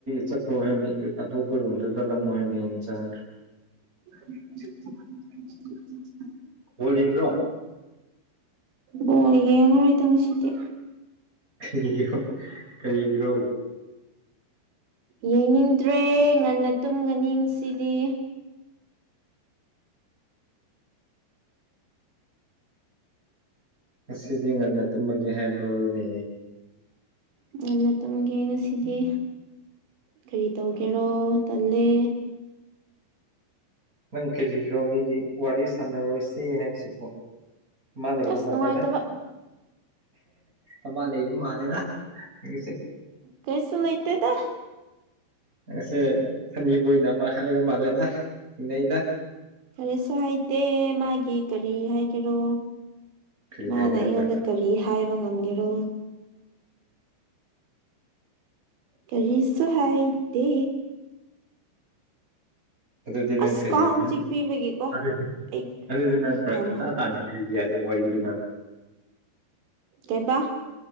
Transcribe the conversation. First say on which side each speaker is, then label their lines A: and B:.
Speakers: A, on the right (about 15°); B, on the right (about 70°).
A: ꯇꯧꯕꯋꯤ ꯍꯣꯏ ꯍꯥꯏꯕꯤ ꯑꯇꯣꯞꯄ ꯔꯨꯝꯝꯗ ꯆꯠꯂꯝꯃꯣ ꯍꯥꯏꯕꯤ ꯌꯦꯡ ꯆꯒ꯭ꯔꯦ
B: ꯇꯥꯗꯔꯦ <unintelligible>
A: ꯕꫭꯜ ꯌꯦꯡ꯭ꯗꯔꯣ
B: ꯕꫭꯜ ꯌꯦꯡꯉꯔꯣꯏꯗ ꯉꯁꯤꯗꯤ
A: ꯀꯔꯤꯒꯤꯔꫭ ꯀꯔꯤꯒꯤ꯭ꯔꯣ
B: ꯌꯦꯡꯅꯤꯡꯗ꯭ꯔꯦ ꯉꯟꯅ ꯇꯨꯝꯒꯅꯤ ꯉꯁꯤꯗꯤ
A: ꯉꯁꯤꯗꯤ ꯉꯟꯅ ꯇꯨꯝꯃꯒꯦ ꯍꯥꯏꯕ꯭ꯔꯣꯅꯦ
B: ꯉꯟꯅꯥ ꯇꯨꯝꯒ‌ꯦ ꯉꯁꯤꯗꯤ ꯀꯔꯤ ꯇꯧꯒꯦꯔꯣ ꯇꯜꯂꯦ
A: ꯅꯪ ꯀꯔꯤꯒꯤꯔꯣ ꯃꯤꯒꯤ ꯋꯥꯔꯤ ꯁꯥꯟꯅꯔꯣꯏꯁꯦ ꯍꯥꯏꯕꯁꯤꯕꯣ ꯃꯥꯂꯩꯕ
B: ꯑꯁ
A: ꯃꯥꯜꯂ‌ꯦꯅ
B: ꯅꯨꯡꯉꯥꯏꯇꯕ
A: ꯑꯃ ꯂꯩꯕ ꯃꯥꯜꯂꯦꯗ ꯅꯪꯒꯤꯁ‌ꯦ
B: ꯀꯩꯁꯨ ꯂꯩꯏꯇꯦꯗ
A: ꯉꯁꯦ ꯁꯅꯤꯕꯣꯏꯅ <unintelligible> ꯑꯃ ꯍꯥꯏꯕ ꯃꯥꯜꯂꯦꯗ ꯆꯤꯡꯅꯩꯗ
B: ꯀꯔꯤꯁꯨ ꯍꯥꯏꯗꯦ ꯃꯥꯒꯤ ꯀꯔꯤ ꯍꯥꯏꯒꯦꯔꯣ
A: ꯀꯔꯤ
B: ꯃꯥꯅ
A: ꯍꯥꯏꯒꯗꯧꯕ
B: ꯑꯩꯉꯣꯟꯗ ꯀꯔꯤ ꯍꯥꯏꯕ ꯉꯝꯒꯦꯔꯣ ꯀꯔꯤꯁꯨ ꯍꯥꯏꯗꯦ
A: ꯑꯗꯨꯗꯤ ꯅꯪ
B: ꯑꯁ
A: ꯀꯔꯤ
B: ꯀꯥꯡ
A: ꯐꯔ
B: ꯆꯤꯛꯄꯤꯕꯒꯤꯀꯣ ꯑꯩ
A: ꯑꯗꯨꯗꯤ ꯅꯪ ꯐꯔꯛ
B: ꯌꯥꯝ
A: ꯏꯇꯥ ꯇꯥꯅꯤ ꯑꯗꯨꯗꯤ <unintelligible> ꯋꯥꯔꯤꯔ
B: ꯀꯩꯕꯥ